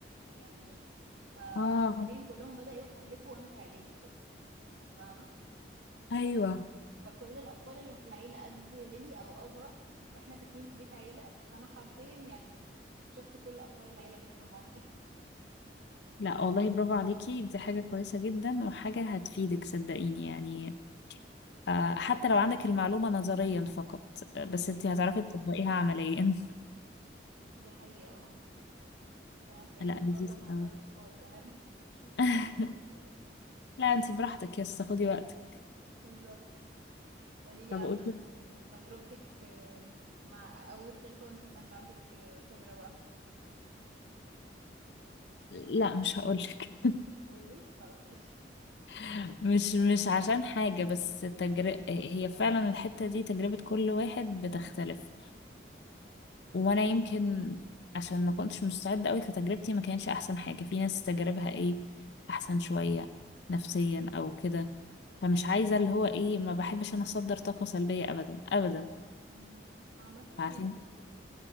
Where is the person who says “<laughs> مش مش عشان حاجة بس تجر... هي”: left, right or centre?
Left